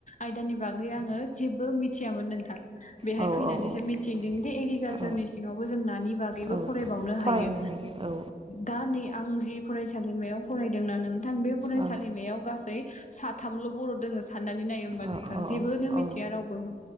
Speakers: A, on the left (about 45°); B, on the right (about 30°).
A: आयदानि बा गै आङो जेबो मिथियामोन नोंथां। बेहाय
B: औ
A: फैनानैसो
B: औ
A: मिथिदों दि एग्रिकालसारनि
B: औ
A: सिङावबो जों नानि बागैबो
B: औ
A: फरायबावनो हायो।
B: फरायनो हायो औ
A: दा नै आं जि फरायसालिमायाव फरायदोंना नों थां बे फरायसालिमायाव
B: औ
A: गासै साथामल' बर दोङो। साननानै नाय होमबा
B: औ
A: नोंथां
B: औ
A: जेबो नो मिन्थिया
B: औ
A: रावबो।